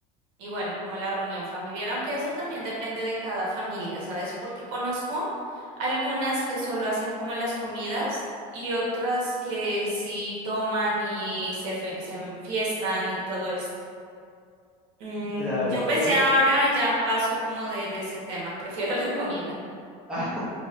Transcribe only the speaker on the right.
Y bueno, como la reunión familiar, aunque eso también depende de cada familia, ¿sabes? Porque conozco algunas que solo hacen como las comidas y otras que sí toman y se, fe- se enfiestan y todo esto. Mm,
yo pues
ya ahora ya paso como de, de ese tema, <laughs> prefiero la comida.